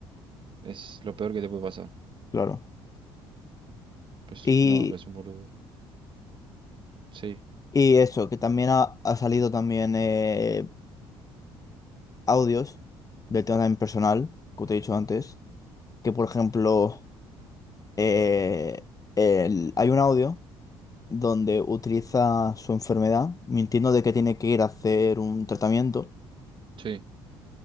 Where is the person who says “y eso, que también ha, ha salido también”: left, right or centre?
Left